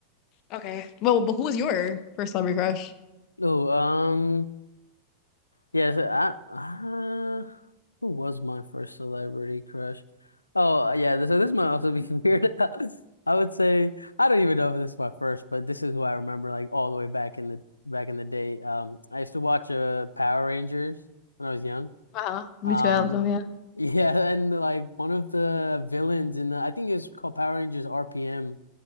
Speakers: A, on the left; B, on the left.
A: Okay. Well, but who was your first celebrity crush?
B: Oh, um. Yes, I, uh, who was my first celebrity crush? Oh, yeah, this- so this might also be <laughs> weird. I would say I don't even know if this is my first, but this is who I remember like all the way back in the back in the day. Um, I used to watch uh Power Rangers when I was young.
A: Uh-huh. Me
B: Um,
A: too, I love them, yeah.
B: <laughs> yeah, and like one of the villains in the I think it's called Power Rangers RPM